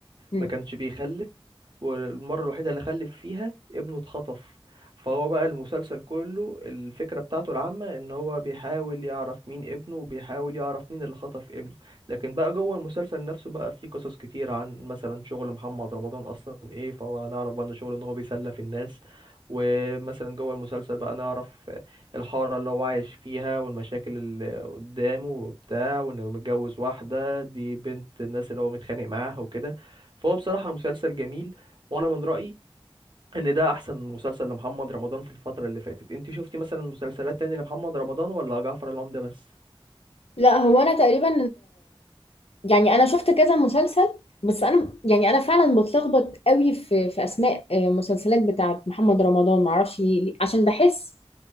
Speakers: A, on the left; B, on the right.
A: مم.
B: ما كانش بيخلف والمرة الوحيدة اللي خلف فيها ابنه اتخطف فهو بقى المسلسل كله الفكرة بتاعته العامة ان هو بيحاول يعرف مين ابنه وبيحاول يعرف مين اللي خطف ابنه لكن بقى جوه المسلسل نفسه بقى فيه قصص كتير عن مثلا شغل محمد رمضان اصلا ايه فهو نعرف بقى ان شغله ان هو بيسلف الناس ومثلا جوه المسلسل بقى نعرف الحارة اللي هو عايش فيها والمشاكل اللي قدامه وبتاع وانه متجوز واحدة دي بنت الناس اللي هو متخانق معاها وكده فهو بصراحة مسلسل جميل وانا من رأيي ان ده احسن مسلسل لمحمد رمضان في الفترة اللي فاتت انت شفتي مثلا مسلسلات تاني لمحمد رمضان ولا جعفر العمدة بس
A: لا هو انا تقريبا يعني انا شفت كذا مسلسل بس انا يعني انا فعلا بتلخبط قوي في في اسماء آه، مسلسلات بتاعه محمد رمضان معرفش ليه ليه- عشان بحس